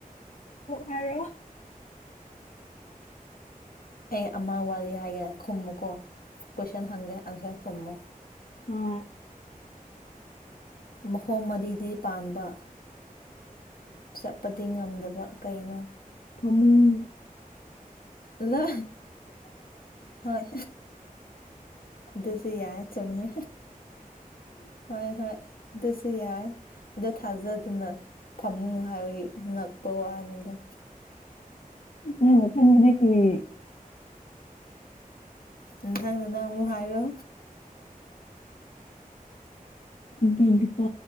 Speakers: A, on the left (about 55°); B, on the left (about 80°).
A: ꯍꯥꯏꯔꯣ
B: ꯑꯩ ꯑꯃ ꯋꯥꯔꯤ ꯍꯥꯏꯒꯦ ꯈꯨꯝꯃꯨꯀꯣ ꯀꯣꯏꯁꯟ ꯍꯪꯒꯦ ꯑꯟꯁꯔ ꯈꯨꯝꯃꯨ
A: ꯑ
B: ꯃꯈꯣꯡ ꯃꯔꯤꯗꯤ ꯄꯥꯟꯕ ꯆꯠꯄꯗꯤ ꯉꯝꯗꯕ ꯀꯩꯅꯣ
A: ꯐꯃꯨꯡ
B: ꯂ ꯍꯣꯏ ꯑꯗꯨꯁꯨ ꯌꯥꯏ ꯆꯨꯝꯃꯦ ꯍꯣꯏ ꯍꯣꯏ ꯑꯗꯨꯁꯨ ꯌꯥꯏ ꯑꯗ ꯊꯥꯖꯗꯨꯅ ꯐꯃꯨꯡ ꯍꯥꯏꯕꯒꯤ ꯉꯛꯄ ꯋꯥꯅꯤꯗ
A: ꯅ ꯃꯊꯪꯗꯤ ꯀꯔꯤ
B: ꯅꯊꯪ ꯅꯊꯪ ꯑꯃꯨꯛ ꯍꯥꯏꯔꯣ
A: ꯑꯗꯨꯗꯤꯀꯣ